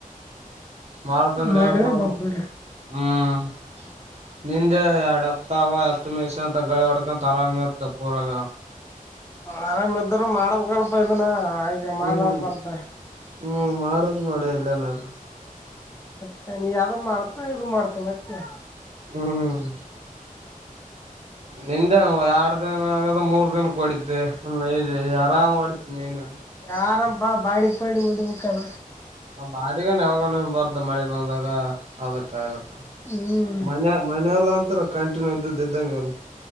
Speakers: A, on the right; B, on the left.
A: ಮಾಡಳಕಂದ್ರೆ
B: ಮಾಡಿದ್ರೆ
A: ಏನ್ ಕೊಡದ್ರ-
B: ಬರ್ತ್ ಬಿಡಿ
A: ಹ್ಮ್ ನಿಂದೆ ಎರಡ್ ಹತಾವ ಹತ್ತು ಮೇಷಂತಾಗಳಿ ಹೊಡ್ಕೊಂಡ ಆರಾಮ್ಯರ್ ದ ಪೂರಾಗ.
B: ಆರಾಮ ಇದರುೂ ಮಾಡಬೇಕ ಅಲ್ಪ ಇದನ ಈಗ ಮಾಡಲಾರ
A: ಹ್ಮ್
B: ಬರ್ತ.
A: ಹ್ಮ್ -ಮಾಡದು ನೋಡ ಎಲ್ಲನಾರ.
B: ಮತ್ತೆ -ನೀ -ಯಾವ್ದ ಮಾಡ್ತಾ ಇದು ಮಾಡ್ತ ಮತ್ತೆ.
A: ಹ್ಮ್ ನಿಂದೆನು ಎರಡ್ ದಿನ ಆಗದ ಮೂರ್ ದನ ಹೊಡಿದ್ದೆ ಆರಾಮ್ ಹೊಡತ ನೀನು.
B: ಯಾರಾಮಪಾ ಬಾಡಿ ಬಾಡಿ ವಡುಬ ಕಣ.
A: ಬಾಡಗನ್ ಯಾವಾಗಾನ ಬರ್ ಮಳೆ ಬಂದಾಗ ಅದಕ್ಕ ಅದಕ್ಕ
B: ಹ್ಮ್
A: ಮನೆ ಮನಲ್ಲ ಅಂತಾರ ಕಂಟಿನ್ಯೂ ಇದ್ದ್ದ ಇದಂಗ -ಅ-